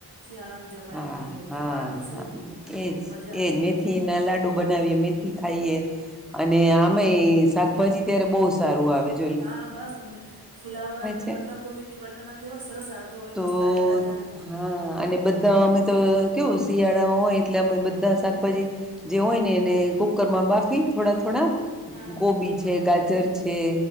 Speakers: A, on the right; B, in the centre.
A: શિયાળામાં જમાઈને
B: હા
A: ઘી મેં
B: હા
A: તો આ બી સૌ
B: હા એજ
A: મજા
B: એજ
A: આવે
B: મેથી ના લાડુ બનાવીએ મે થી ખાઈએ અને આમે શાકભાજી ત્યારે બહુ સારું આવે છે.
A: હા બસ ફુલાવર અનેને
B: છે
A: પત્ત ગોબી એ વટણા કેવા સરસ આવતા હોય
B: તો
A: મત તાજા તાજા.
B: હા અને બધા અમે તો કેવું શિયાળા હોય એટલે અમે બધા શાકભાજી જે હોય ને એને કુકર માં બાફી થોડા થોડા
A: હા
B: ગબી છે ગાજર છે.